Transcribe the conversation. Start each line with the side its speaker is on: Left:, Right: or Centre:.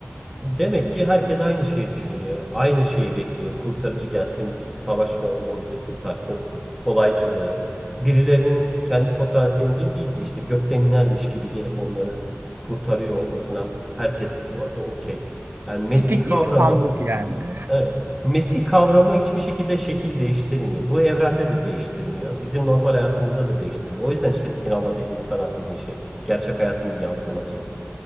Centre: Demek ki herkes aynı şeyi düşünüyor. Aynı şeyi bekliyor. Kurtarıcı gelsin, biz savaşmayalım da o bizi kurtarsın. Kolaycılığı. Birilerinin kendi potansiyelinden değil de işte gökten inermiş gibi gelip onları kurtarıyor olmasına herkes bu arada okey. Yani Mesih
Right: Tipik
Centre: kavramı
Right: insanlık yani.
Centre: Evet. Mesih kavramı hiçbir şekilde şekil değiştirmiyor. Bu evrende de değiştirmiyor. Bizim normal hayatımızda da değiştirmiyor. O yüzden işte sinema dediğin, sanat dediğin şey gerçek hayatın bir yansıması oluyor.